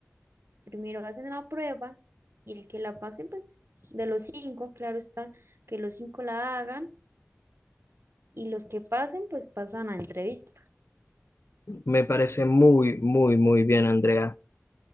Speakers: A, on the right (about 65°); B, on the left (about 70°).
A: primero hacen la prueba y el que la pase, pues de los cinco, claro está, que los cinco la hagan y los que pasen, pues pasan a entrevista.
B: Me parece muy, muy, muy bien, Andrea.